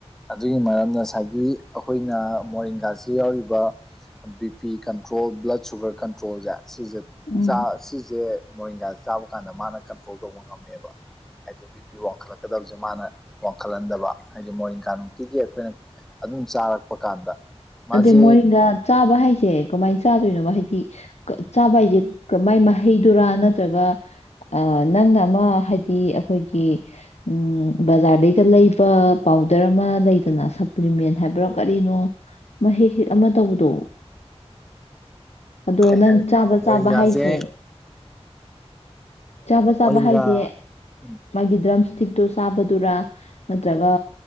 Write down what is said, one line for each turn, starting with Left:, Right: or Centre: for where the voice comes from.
Centre: ꯑꯗꯨꯒꯤ ꯃꯔꯝꯅ ꯉꯁꯥꯏꯒꯤ ꯑꯩꯈꯣꯏꯅ ꯃꯣꯔꯤꯡꯒꯥꯁꯤꯗ ꯌꯥꯎꯔꯤꯕ B P control blood sugar ꯀꯟꯇ꯭ꯔꯣꯜꯖꯦ ꯁꯤꯖꯦ
Left: ꯎꯝ
Centre: ꯆꯥ ꯁꯤꯖꯦ ꯃꯣꯔꯤꯡꯒꯥꯖꯦ ꯆꯥꯕ ꯀꯥꯟꯗ ꯃꯥꯅ ꯀꯟꯇ꯭ꯔꯣꯜ ꯇꯧꯕ ꯉꯝꯃꯦꯕ ꯍꯥꯏꯗꯤ ꯕꯤ ꯄꯤ ꯋꯥꯡꯈꯠꯂꯛꯀꯗꯕꯖꯦ ꯃꯥꯅ ꯋꯥꯡꯈꯠꯍꯟꯗꯕ ꯍꯥꯏꯗꯤ ꯃꯣꯔꯦꯡꯀꯥ ꯅꯨꯡꯇꯤꯒꯤ ꯑꯩꯈꯣꯏꯅ ꯑꯗꯨꯝ ꯆꯥꯔꯛꯄ ꯀꯥꯟꯗ ꯃꯥꯁꯦ
Left: ꯑꯗ ꯃꯣꯔꯦꯡꯒ ꯆꯥꯕ ꯍꯥꯏꯁꯦ ꯀꯃꯥꯏꯅ ꯆꯥꯗꯣꯏꯅꯣ ꯋꯥ ꯍꯥꯢꯗꯤ ꯀ ꯆꯥꯕ ꯍꯥꯏꯖꯦ ꯀꯃꯥꯢ ꯃꯥꯢ ꯍꯩꯗꯨꯔꯥ ꯅꯠꯇ ꯑꯗꯨꯒ ꯅꯪꯅ ꯑꯃ ꯍꯥꯏ ꯗꯤ ꯑꯩꯈꯣꯏꯒꯤ ꯎꯝ ꯕꯖꯥꯔꯗꯩꯒ ꯂꯩꯕ ꯄꯥꯎꯗꯔ ꯑꯃ ꯂꯩꯗꯅ ꯁꯄ꯭ꯂꯤꯃꯦꯟ ꯍꯥꯏꯕ꯭ꯔꯥ ꯀꯔꯤꯅꯣ ꯃꯍꯤ ꯍꯦꯛ ꯑꯃ ꯇꯧꯕꯗꯣ ꯑꯗꯣ
Centre: ꯀꯩ
Left: ꯅꯪ
Centre: ꯍꯥꯏꯔꯛꯀꯦꯕ
Left: ꯆꯥꯕ
Centre: ꯃꯣꯔꯤꯡꯒꯥꯁꯦ
Left: ꯆꯥꯕ ꯍꯥꯏꯁꯦ ꯆꯥꯕ ꯆꯥꯕ
Centre: ꯃꯣꯔꯤꯡꯒꯥ
Left: ꯍꯥꯏꯁꯦ
Centre: ꯎꯝ
Left: ꯃꯥꯒꯤ ꯗ꯭ꯔꯝꯁ ꯊꯤꯛꯇꯣ ꯆꯥꯕꯗꯨꯔꯥ ꯅꯠꯇ꯭ꯔꯒ